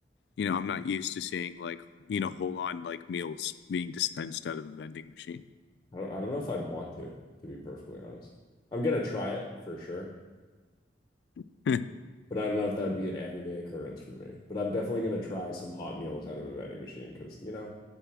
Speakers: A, on the left (about 70°); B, on the left (about 25°).
A: you know, I'm not used to seeing like, you know, whole on like meals being dispensed out of a vending machine.
B: don't, I don't know if I'd want to, to be perfectly honest. I'm gonna try it for sure,
A: <laughs> Did
B: but I don't know if that would be an everyday occurrence for me. But I'm definitely gonna try some hot meals out of a vending machine because, you know,